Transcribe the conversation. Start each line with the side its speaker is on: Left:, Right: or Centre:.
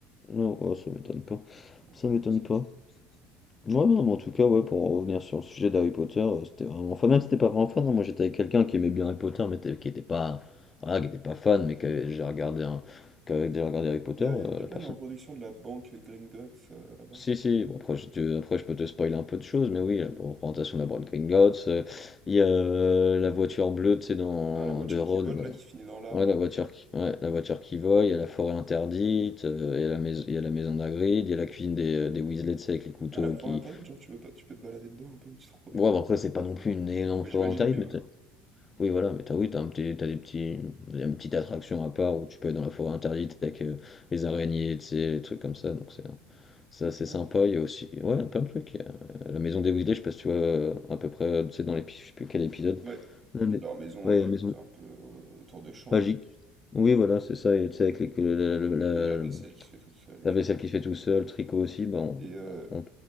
Left: Non, ouais, ça m'étonne pas.
Right: Oh, mais
Left: Ça
Right: comment
Left: m'étonne
Right: c'est
Left: pas.
Right: une statue
Left: Ouais, non, mais en tout cas, ouais, pour en revenir sur le sujet d'Harry Potter, euh, c'était vraiment. Enfin, même si t'étais pas vraiment fan, hein, moi j'étais avec quelqu'un qui aimait bien Harry Potter, mais t'es- qui était pas. Voilà, qui était pas fan, mais qui avait déjà regardé, un- qui avait déjà regardé Harry Potter,
Right: Il y a,
Left: euh,
Right: il y a
Left: la
Right: pas
Left: personne.
Right: une reproduction de la banque Gringotts euh, là-bas?
Left: Si, si, bon, après, je te- après, je peux te spoiler un peu de choses, mais oui, la représentation de la Bride Gringotts, euh, il y a euh, la voiture bleue, tu sais, dans
Right: Ah, la voiture
Left: de Ron,
Right: qui vole
Left: là.
Right: là, qui finit dans l'arbre.
Left: ouais, la voiture, qui- ouais, la voiture qui vole, il y a la forêt interdite, euh, il y a la maison, il y a la maison d'Hagrid, il y a la cuisine des, euh, des Weasley, tu sais, avec les couteaux
Right: Ah, la forêt
Left: qui...
Right: interdite, genre, tu peux pas, tu peux te balader dedans un peu, une petite reproduction.
Left: Bon, bah, après, c'est pas non plus une énorme
Right: Bah,
Left: forêt
Right: j'imagine
Left: interdite,
Right: bien,
Left: mais
Right: ouais.
Left: t'as- oui, voilà, mais t'as, oui, t'as un petit, t'as des petits, une petite attraction à part où tu peux aller dans la forêt interdite avec euh, les araignées, tu sais, les trucs comme ça, donc c'est... C'est assez
Right: Ah
Left: sympa,
Right: ouais, c'est sympa.
Left: il y a aussi ouais, plein de trucs. il y a, euh, La maison des Weasley, je sais pas si tu vois euh, à peu près, euh, tu sais, dans l'épisode, je sais plus quel épisode.
Right: Ouais,
Left: La mais-
Right: leur maison
Left: Ouais,
Right: euh,
Left: la maison
Right: un peu euh, autour de champs,
Left: magique.
Right: là.
Left: Oui, voilà, c'est ça. Et tu sais, avec les- que la, la-
Right: Oui, la vaisselle
Left: la-
Right: qui se fait toute seule, etc.
Left: la vaisselle qui se fait tout seul, le tricot aussi, bah, on,
Right: Et euh,
Left: on-